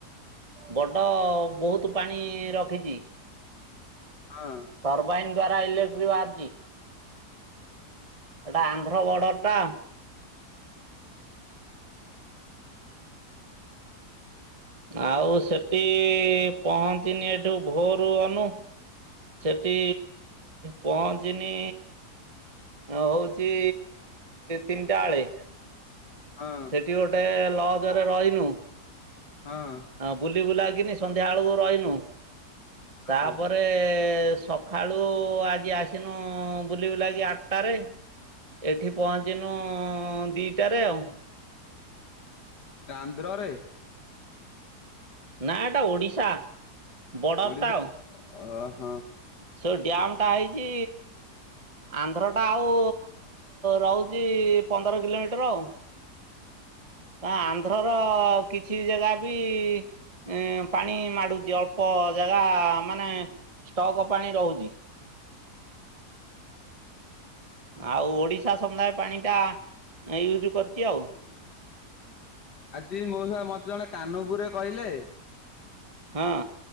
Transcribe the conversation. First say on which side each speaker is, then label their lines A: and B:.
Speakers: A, on the right (about 20°); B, on the left (about 85°).
A: ବଡ ବହୁତ ପାଣି ରଖିଛି
B: ହଁ।
A: ଟର୍ରବାଇନ ଦ୍ଵାରା ଇଲେକ୍ଟ୍ରି ଭାରିଛି। ଏଟା ଆନ୍ଧ୍ର ବର୍ଡର ଟା ଆଉ ସେଠି ପହଞ୍ଚିନି ଏଠୁ ଭୋରୁ ଗନୁ ସେଠି ପହଞ୍ଚିନି ହ ହଉଛି ତିନିଟା ଳେ
B: ହଁ।
A: ଠି ଗୋଟେ ଲଜରେ ରହିନୁ
B: ହଁ।
A: ବୁଲି ବୁଲାକିନି ସନ୍ଧ୍ୟା ବେଳକୁ ରହିନୁ ତାପରେ
B: ହଁ
A: ସ ଖାଳୁ ଆଜି ଆସିନୁ ବୁଲିବୁ ଲା କି ଆଠଟାରେ। ଏଠି ପହଞ୍ଚିନୁ ଦୁଇଟାରେ ଆଉ
B: ଆନ୍ଧ୍ରରେ?
A: ନା ଏଟା ଓଡିଶା। ବର୍ଡର
B: ଓଡିଶା
A: ଟା ଆଉ
B: ଅ ହଁ।
A: ସେ ଡ୍ୟାମ୍ ଟା ହେଇଛି ଆନ୍ଧ୍ରଟା ଆଉ ରହୁଛି ପନ୍ଦର କିଲୋମିଟର ଆଉ ଆନ୍ଧ୍ର ର କିଛି ଜାଗା ବି ଏ ପାଣି ମାଡୁଚି ଅଳ୍ପ ଜାଗା ମାନେ ଷ୍ଟକ ପାଣି ରହୁଛି। ଆଉ ଓଡ଼ିଶା ସମୁଦାୟ ପାଣିଟା ୟୁଜ୍ କରିଛି ଆଉ
B: ଆଜି ମଉସା ମତେ ଜଣେ କାନପୁରେ କହିଲେ
A: ହଁ।